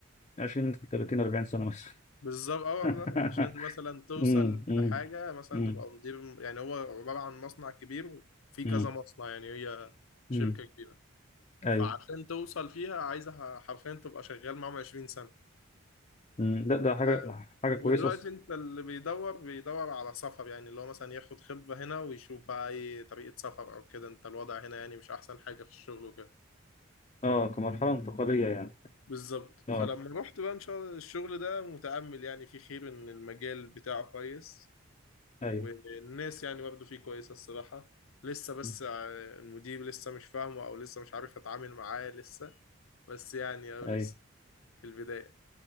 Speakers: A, on the left; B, on the left.
A: 20 30 40 سنة مثلا
B: بالظبط اه
A: <laughs>
B: والله عشان مثلا توصل
A: امم امم
B: لحاجة مثلا
A: امم
B: تبقى مدير يعني هو عبارة عن مصنع كبير في
A: امم
B: كذا مصنع يعني هي شركة
A: امم
B: كبيرة
A: ايوه
B: فعشان توصل فيها عايزة ح- حرفيا تبقى شغال معاهم 20 سنة
A: امم لا ده
B: وده
A: حاجة حاجة
B: ودلوقتي
A: كويسة أص-
B: انت اللي بيدور بيدور على سفر يعني اللي هو مثلا ياخد خبرة هنا ويشوف بقى ايه طريقة سفر او كده انت الوضع هنا يعني مش احسن حاجة في الشغل وكده
A: اه كمرحلة انتقالية يعني
B: بالظبط
A: اه
B: فلما رحت بقى ان شاء الله الشغل ده متأمل يعني فيه خير ان المجال بتاعه كويس
A: ايوه
B: والناس يعني برضه فيه كويسة الصراحة لسه بس
A: <laughs>
B: ع- المدير لسه مش فاهمه او لسه مش عارف اتعامل معاه لسه بس يعني او لسه
A: ايوه
B: في البداية